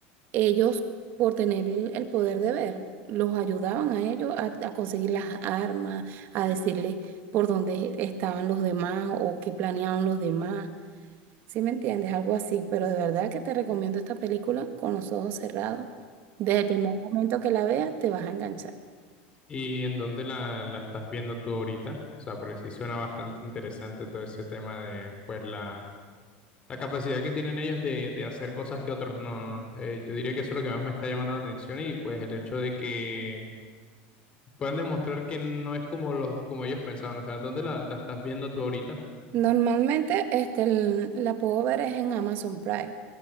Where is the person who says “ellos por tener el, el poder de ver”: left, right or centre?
Right